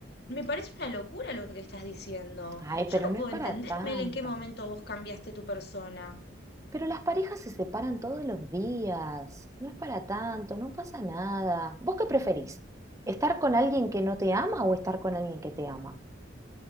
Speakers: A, on the left; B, on the right.
A: Me parece una locura lo que estás diciendo.
B: Ay,
A: Yo
B: pero
A: no
B: no
A: puedo
B: es para
A: entender,
B: tanto.
A: Mel, en qué momento vos cambiaste tu persona.
B: Pero las parejas se separan todos los días, no es para tanto, no pasa nada. ¿Vos qué preferís? ¿Estar con alguien que no te ama o estar con alguien que te ama?